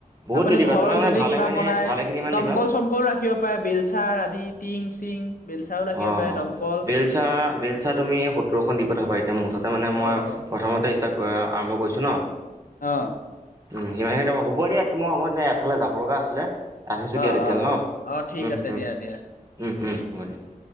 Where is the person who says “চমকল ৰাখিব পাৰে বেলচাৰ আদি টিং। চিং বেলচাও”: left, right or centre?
Left